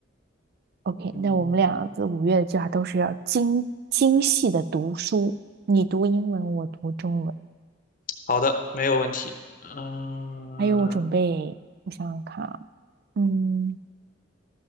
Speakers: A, on the right; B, on the left.
A: OK，
B: 嗯，
A: 那我们俩这五月的计划都是要精精细的读书，你读英文，我读中文，
B: 好的，没有问题。嗯
A: 还有我准备，我想想看啊，嗯。